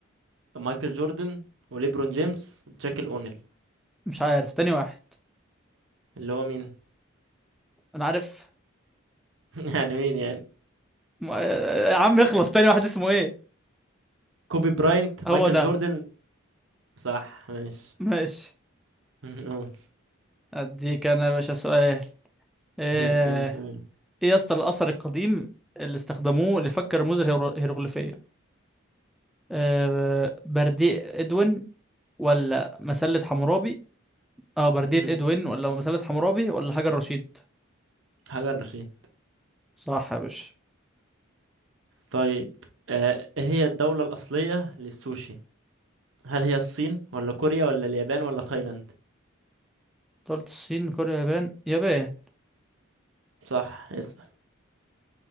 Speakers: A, on the right (about 70°); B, in the centre.
A: مايكل جوردن وليبرون جيمس وشاكيل اونيل
B: مش عارف تاني واحد
A: اللي هو مين
B: أنا عارف
A: <laughs> يعني مين يعني
B: م... يا عم اخلص تاني واحد اسمه إيه
A: كوبي براينت مايكل
B: هو ده
A: جوردن صح ماشي
B: ماشي
A: <laughs> قول.
B: أديك أنا يا باشا سؤال إيه
A: اديني سؤال
B: إيه يا اسطى الأثر القديم اللي استخدموه لفك الرموز الهيرو- الهيروغليفية آه، برديء ادوين ولا مسلة حمورابي اه بردية
A: مم.
B: ادوين ولا مسلة حمورابي ولا حجر رشيد
A: <laughs> حجر رشيد
B: صح يا باشا
A: طيب آه، ايه هي الدولة الأصلية للسوشي هل هي الصين ولا كوريا ولا اليابان ولا تايلاند
B: أنت قلت الصين كوريا يابان يابان
A: صح اسأل